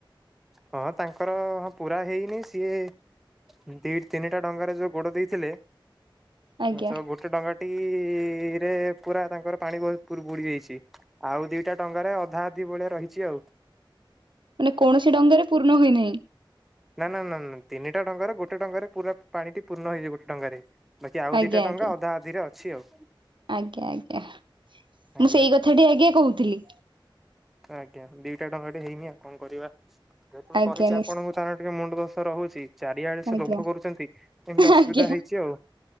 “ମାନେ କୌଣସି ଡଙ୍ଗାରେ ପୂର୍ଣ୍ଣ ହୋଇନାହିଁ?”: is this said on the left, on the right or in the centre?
Right